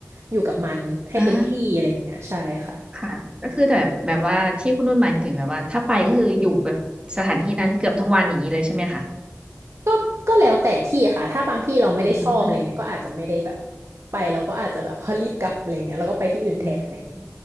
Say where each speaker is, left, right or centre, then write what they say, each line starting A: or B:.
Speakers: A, on the right (about 70°); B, on the right (about 20°).
A: อยู่กับมันให้เต็มที่อะไรอย่างเงี้ยใช่ค่ะ
B: อ่าค่ะก็คือแบบแบบว่าที่คุณนุ่นหมายถึงแบบว่าถ้าไปก็คืออยู่แบบสถานที่นั้นเกือบทั้งวันอย่างนี้เลยใช่ไหมคะ
A: ก็ก็แล้วแต่ที่ค่ะถ้าบางที่เราไม่ได้ชอบอะไรเงี้ยก็อาจจะไม่ได้แบบ
B: อืม
A: ไปเราก็อาจจะแบบว่ารีบกลับอะไรเงี้ยแล้วก็ไปที่อื่นแทนอะไรเงี้ย
B: อืม